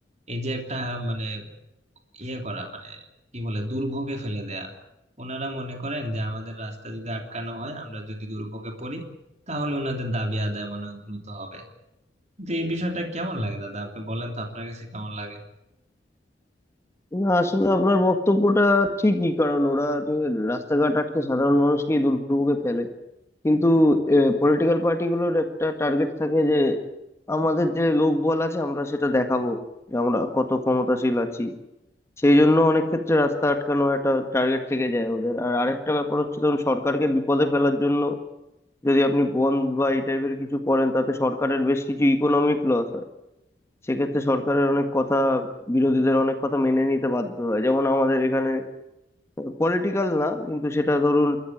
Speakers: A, on the right; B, on the left.
A: এই যে একটা মানে ইয়ে করা মানে কি বলে দুর্ভোগে ফেলে দেয়া ওনারা মনে করেন যে আমাদের রাস্তা যদি আটকানো হয় আমরা যদি দুর্ভোগে পড়ি তাহলে ওনাদের দাবি আদায় মনে হয় দ্রুত হবে তো এই বিষয়টা কেমন লাগে দাদা আপনি বলেন তো আপনার কাছে কেমন লাগে
B: না আসলে আপনার বক্তব্যটা ঠিকই কারণ ওরা যে রাস্তাঘাট আটকে সাধারণ মানুষকে দুর্ভোগে ফেলে কিন্তু পলিটিক্যাল পার্টিগুলোর একটা টার্গেট থাকে যে আমাদের যে লোকবল আছে আমরা সেটা দেখাবো যে আমরা কত ক্ষমতাশীল আছি সেই জন্য অনেক ক্ষেত্রে রাস্তা আটকানো একটা টার্গেট থেকে যায় ওদের আর আরেকটা ব্যাপার হচ্ছে ধরুন সরকারকে বিপদে ফেলার জন্য যদি আপনি বন্ধ বা এই টাইপের কিছু করেন তাতে সরকারের বেশ কিছু ইকোনমিক লস সেক্ষেত্রে সরকারের অনেক কথা বিরোধীদের অনেক কথা মেনে নিতে বাধ্য হয় যেমন আমাদের এখানে পলিটিক্যাল না কিন্তু সেটা ধরুন